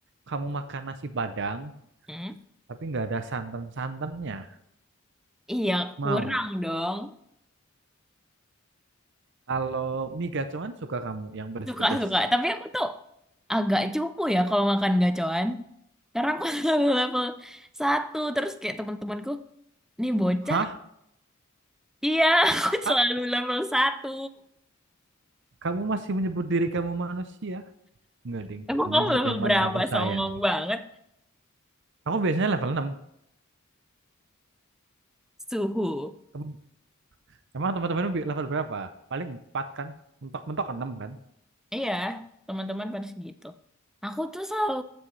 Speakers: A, on the right (about 55°); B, in the centre.
A: kamu makan nasi Padang
B: Hmm?
A: tapi nggak ada santan-santannya.
B: Iya,
A: Mau.
B: kurang dong.
A: Kalau mie gacoan suka kamu yang pedes-pedes.
B: Suka-suka. Tapi aku tuh agak cupu ya kalau makan gacoan. Karena aku <laughs> selalu level satu. Terus kayak teman-temanku, nih bocah.
A: Hah?
B: Iya, <laughs> aku
A: Sat?
B: selalu level satu.
A: Kamu masih menyebut diri kamu manusia? Nggak, ding.
B: Emang
A: Kamu
B: kamu
A: tetap
B: level
A: yang paling
B: berapa?
A: aku sayang.
B: Songong banget.
A: Aku biasanya level 6.
B: Suhu.
A: Em- Emang teman-temanmu bi- level berapa? Paling 4 kan? Mentok-mentok 6 kan?
B: Iya, teman-teman pada segitu. Aku tuh selalu,